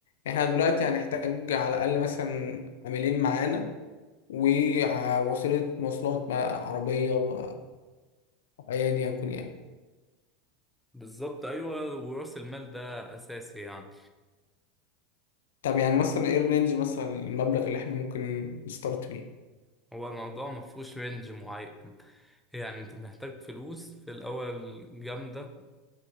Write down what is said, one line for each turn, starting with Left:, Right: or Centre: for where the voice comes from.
Left: احنا دلوقتي هنحتاج على الاقل مثلا عاملين معانا ووسيلة مواصلات مع عربية أو أيا يكن يعني
Centre: بالظبط ايوه وراس المال ده اساسي يعني
Left: طب يعني مثلا ايه الرينج مثلا المبلغ اللي احنا ممكن نستارت بيه
Centre: هو الموضوع ما فيهوش رينج معين يعني انت محتاج فلوس في الاول جامده